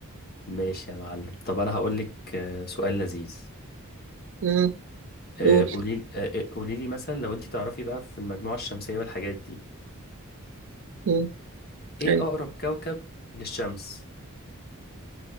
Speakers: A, on the left; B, on the right.
A: ماشي يا معلم طب انا هقول لك آه، سؤال لذيذ
B: مم.
A: آه،
B: قول
A: قولي آه، آه، قولي لي مثلا لو انت تعرفي بقى في المجموعه الشمسيه والحاجات دي
B: مم.
A: ايه
B: أيوة.
A: اقرب كوكب للشمس